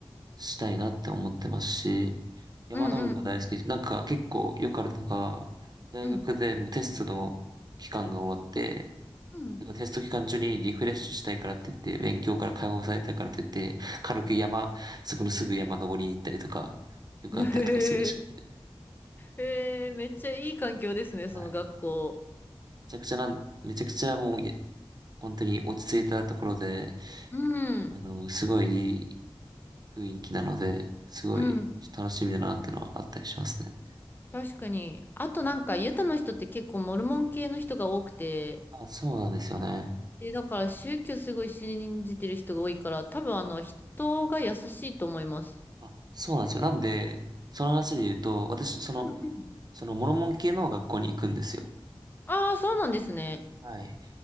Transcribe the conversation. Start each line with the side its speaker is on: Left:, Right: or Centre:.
Right: したいなって思ってますし、山登りも大好きです。
Left: うんうん
Right: なんか結構よくあるのが、大学でもうテストの期間が終わって、
Left: うん。うん。うん。
Right: テスト期間中にリフレッシュしたいからって言って、勉強から解放されたいからって言って、軽く山、そこのすぐ山登りに行ったりとか、よくあったりとかするらしくて。
Left: <laughs> へえ、めっちゃいい環境ですね、その学校。
Right: はい。めちゃくちゃなん、めちゃくちゃもう、え本当に落ち着いたところで、
Left: う
Right: あの、
Left: ん、
Right: すごいいい雰囲気なので、すごい楽しみだなってのはあったりしますね。
Left: うん、確かに。あとなんか、ユタの人って結構モルモン系の人が多くて、
Right: あ、そうなんですよね。
Left: で、だから宗教すごい信じてる人が多いから、多分あの、人が優しいと思います。
Right: あ、そうなんですよ。なんで、その話で言うと、私、その、
Left: うんうん。
Right: そのモルモン系の学校に行くんですよ。
Left: ああ、そうなんですね。
Right: はい。